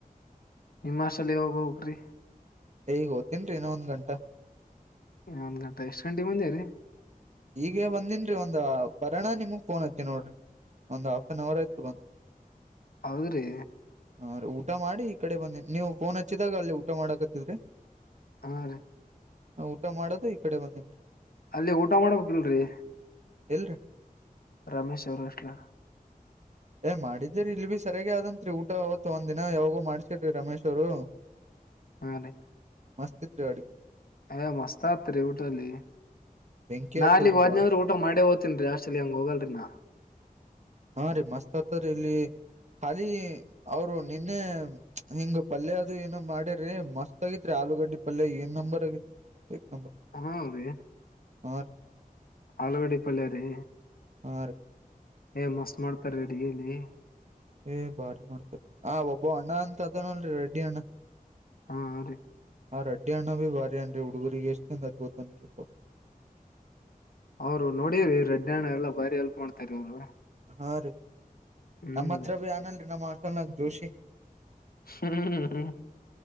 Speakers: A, on the left (about 75°); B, on the right (about 50°).
A: ನಿಮ್ಮಸಲ್ಲಿ ಯೋಗ ಹೋಗ್ರಿ
B: ಈಗ ಓ್ತನ್ರರಿ ಇನ್ನ ಒಂದ್ ಗಂಟಾ
A: ಒಂದ್ ಗಂಟೆ ಎಷ್ಟ್ ಗಂಟೆ ಮುಂದೆ ರೀ
B: ಈಗ ಬಂದಿನ್ರೀ ಒಂದ ಬರೋಣ ನಿಮ ಫೋನ್ ಹತ್ತ ನೋಡ್ರಿ ಒಂದು್ ಹಾಫ್ ಅನ್ ಅವರ್ ಆಯ್ತು ಬಂದು
A: ಹೌದ್ರಿ
B: ಹಾ ರೀ ಊಟ ಮಾಡಿ ಈ ಕಡೆ ಬಂದೇ ನೀವು ಫೋನ್ ಹಚ್ಚಿದಾಗ ಅಲ್ಲಿ ಊಟ ಮಾಡಾಕತ್ತಿದ್ರಿ
A: ಹ ರ
B: ನಾ ಊಟ ಮಾಡದು ಈ ಕಡೆ ಬಂದೇನ್ರಿ
A: ಅಲ್ಲಿ ಊಟ ಮಾಡಬೇಕಿಲ್ರರಿ
B: ಇಲ್ರಿ
A: ರಮೇಶ ಸೌರಾಷ್ಟ ಲ
B: ಏ ಮಾಡಿದ್ದಿರಿ ಇಲ್ ಬಿ ಸರಿಯಾಗ ಆದಂತ್ರಿ ಊಟ ಅವತ್ತ್ತು ಒಂದ್ ದಿನ ಯಾವಾಗೂ ಮಾಡ್ಸಿರ್ರಿ ರಮೇಶ್ ಅವರು <inaudible>
A: ಹಾ ರೀ
B: ಮಸ್ತ್ ತ್ ರೀ ಅಡ್ಗೆ
A: ಅಯಾ ಮಸ್ತಾತ್ರಿ ಊಟಲ್ಲಿ
B: ಬೆಂಕಿ
A: ನಾಲಗ್
B: ಹತ್ತದ್ರಿ
A: ವ್ನ
B: ಬಾರಿ
A: ಆದ್ರ ಊಟ ಮಾಡೇ ಹೋಗ್ತನ್ ಅಷ್ಟಲ್ಲಿ ಹಂಗ ಹೋಗಲ್ರರಿ ನಾ
B: ಹಾ ರೀ ಮಸ್ತ್ ಆತರಿ ಇಲ್ಲಿ ಖಾಲಿ ಅವರು ನಿನ್ನೆ ಹಿಂಗ್ ಪಲ್ಯ ಅದು ಏನ ಮಾಡಿ್ರರಿ ಮಸ್ತ್ ಆಗಿತ್ರಿ ಆಲೂಗಡ್ಡಿ ಪಲ್ಯ ಏನ್ ನಂಬರ್ ಆಗಿತ್ ಹ್ಮ
A: ಹ ರೀ
B: ಆ
A: ಆಳವಡಿ ಪಳ್ಳ ರೀ
B: ಆ
A: ಮಸ್ ಮಾಡ್ತ ರೆಡಿಿಗೆ ನೀ
B: ಏ ಭಾರಿ ಮಾಡ್ತಾರರಿ ಆ ಒಬ್ಬ ಅಣ್ಣ ಅಂತ ಅದನಲ್ರಿ ರೆಡ್ಡಿ ಅಣ್ಣ
A: ಹಾ ಅ ರೀ
B: ಆ ರಡ್ಡಿ ಅಣ್ಣ ಭೀ ಬಾರಿ ಅಏನ್ರಿ ಹುಡುಗರಿಗೆ ಎಷ್ಟ ಚಿಂದ ಅತ್ಗೋತನ್ರಿ ಪ
A: ಅವರು ನೋಡ್ರರಿ ರೆಡ್ಣ ಎಲ್ಲಾ ಬಾರಿ ಎಲ್ಪ್ ಮಾಡ್ತರಿ ಅವ್ರು
B: ಹಾ ರೀ
A: ಹ್ಮ್
B: ನಮ್ಮ ಹತ್ರ
A: ರೀ
B: ಭ ಆನಲ್ರಿ ನಮ್ಮ ಅಸಲ್ನ ೋಷಿ
A: ಹ್ಮ ಹ್ಮ